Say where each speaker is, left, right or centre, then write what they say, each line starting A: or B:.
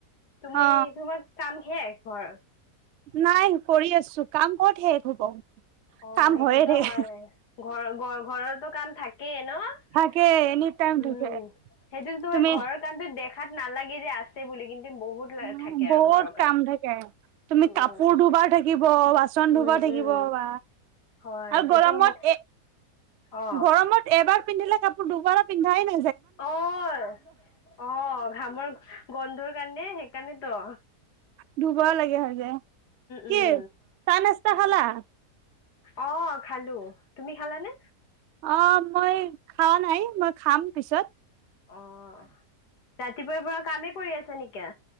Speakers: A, on the left; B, on the right.
A: তুমি,
B: অ
A: তোমাৰ কাম শেষ ঘৰ।
B: নাই, কৰি আছো কাম ক'ত শেষ হব।
A: অ',
B: কাম
A: সেইটোতো
B: হয়ে থাকে
A: হয়, ঘৰ-ঘৰৰটো কাম থাকে। কে ন উম
B: থাকে এনি টাইম থাকে
A: সেইটোতো তোমাৰ
B: তুমি
A: ঘৰৰ কানটো দেখ তাত নালাগে যে আছে বুলি কিন্তু বহুত
B: উ
A: থাকে আৰু
B: বহুত
A: ঘৰৰ
B: কাম থাকে তুমি
A: উম
B: কাপোৰ দুবাৰ থাকিব ব বাচন
A: উম
B: ধুব থাকিব
A: উম উম
B: বা।
A: হয়
B: আৰু
A: সেইটো
B: গৰমত
A: ম
B: এ।
A: অ
B: গৰমত এবাৰ পিন্ধিলে কাপোৰ দুবাৰৰ পিন্ধাই নাই।
A: অহ', অহ' ঘামৰ গোন্ধ। সেইকাৰণে, সেইকাৰণে ত।
B: ধুব লাগে হয় যায়। কি
A: উম,
B: চাহ নাস্তা খালা?
A: অহ' খালো। তুমি খালাানে?
B: অ, মই খোৱা নাই মই খাম পিছত।
A: অহ'। ৰাতিপুৱাৰ পৰা কামেই কৰি আছা নেকিয়া।